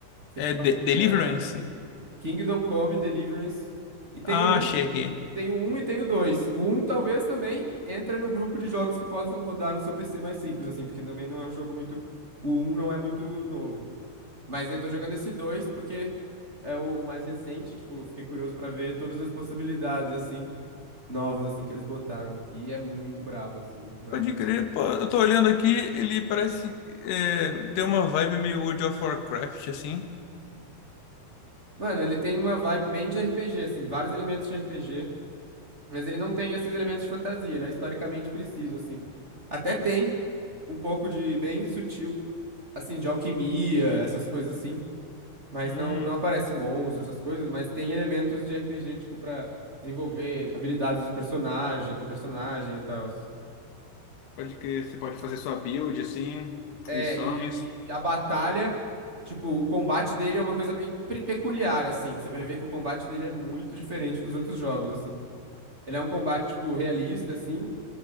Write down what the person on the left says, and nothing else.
É
De-
Deliverance?
Ah,
achei aqui.
Pode
crer, pô, eu tô olhando aqui, ele parece é, ter uma vibe meio World of Warcraft, assim.
Hum,
pode crer, você pode fazer sua build, assim,
missões,